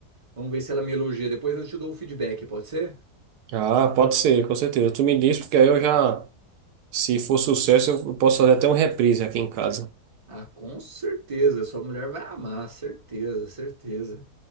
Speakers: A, on the right; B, on the right.
A: Vamos ver se ela me elogia. Depois eu te dou o feedback, pode ser?
B: Ah, pode ser, com certeza. Tu me diz, porque aí eu já, se for sucesso, eu posso fazer até um reprise aqui em casa.
A: Ah, com certeza. Sua mulher vai amar, certeza, certeza.